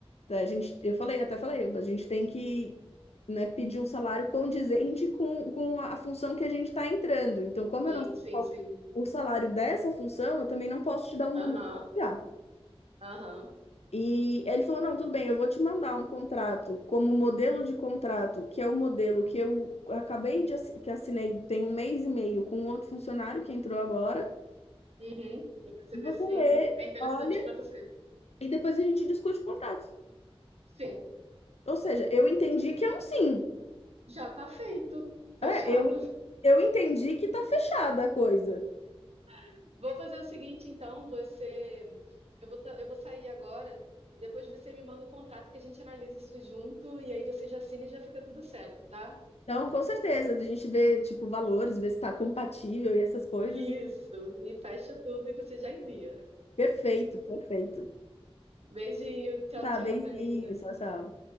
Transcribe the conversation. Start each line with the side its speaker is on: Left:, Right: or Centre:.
Left: Tá, A gente, eu falei, até falei, a gente tem que, né, pedir um salário condizente com, com a função que a gente está entrando. Então, como
Right: Sim,
Left: eu não sei
Right: sim,
Left: qual
Right: sim.
Left: o salário dessa função, eu também não posso te dar um número
Right: Aham,
Left: já.
Right: aham.
Left: E ele falou: não, tudo bem, eu vou te mandar um contrato como modelo de contrato, que é o modelo que eu acabei de assi- que assinei tem um mês e meio com um outro funcionário que entrou agora.
Right: Uhum. E você
Left: Você
Right: vê se
Left: lê,
Right: é interessante
Left: olha,
Right: para você.
Left: e depois a gente discute o contrato.
Right: Sim,
Left: Ou seja, eu entendi que é um sim.
Right: já tá feito, fechado.
Left: É, eu eu entendi que tá fechada a coisa.
Right: <laughs> Vou fazer o seguinte, então, você. Eu vou, ta- eu vou sair agora e depois você me manda o contrato que a gente analisa isso junto e aí você já assina e já fica tudo certo, tá?
Left: Então, com certeza, a gente vê, tipo, valores, vê se tá compatível e essas coisas.
Right: Isso, e fecha tudo e você já envia.
Left: Perfeito, perfeito.
Right: Beijinho, tchau,
Left: Tá,
Right: tchau,
Left: beijinho,
Right: Karina.
Left: tchau, tchau.